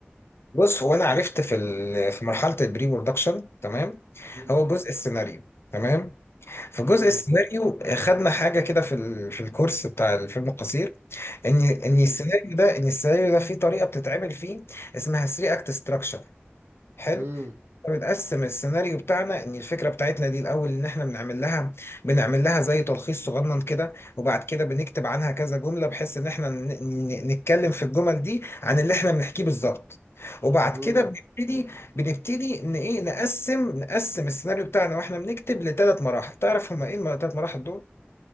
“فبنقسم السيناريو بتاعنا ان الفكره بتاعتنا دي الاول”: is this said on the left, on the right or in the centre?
Left